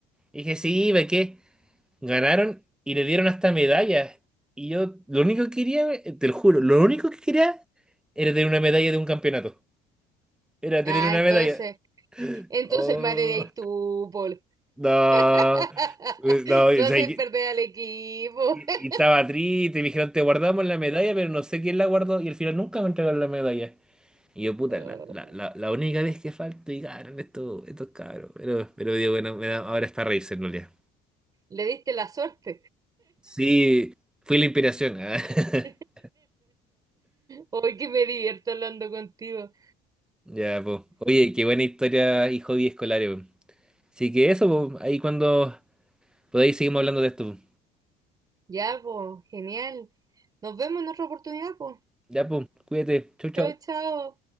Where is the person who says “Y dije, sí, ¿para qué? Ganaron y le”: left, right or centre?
Centre